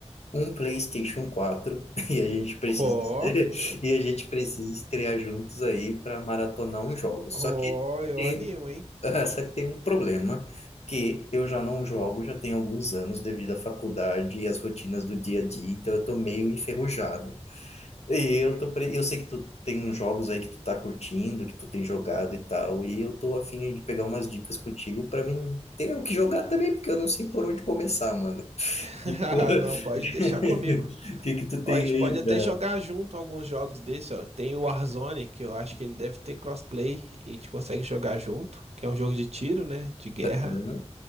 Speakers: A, on the left (about 70°); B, on the right (about 65°).
A: um PlayStation quatro <laughs> e a gente precisa
B: Ó,
A: <laughs> e a gente precisa estrear juntos aí para maratonar um jogo. Só
B: Ó,
A: que
B: eu
A: tem
B: animo, hein?
A: <laughs> só que tem um problema que eu já não jogo já tem alguns anos devido à faculdade e às rotinas do dia a dia, então eu tô meio enferrujado. E eu tô, pre- eu sei que tu tem uns jogos aí que tu tá curtindo, que tu tem jogado e tal, e eu tô afim de pegar umas dicas contigo pra mim ter o que jogar também, porque eu não sei por onde começar, mano. <laughs>
B: <laughs>
A: O que que tu,
B: Não, pode
A: <laughs>
B: deixar comigo.
A: o que que tu tem
B: Ó, a gente
A: aí
B: pode até
A: pra...
B: jogar junto alguns jogos desse, ó. Tem o Warzone, que eu acho que ele deve ter crossplay e a gente consegue jogar junto, que é um jogo de tiro, né? De guerra,
A: Hã?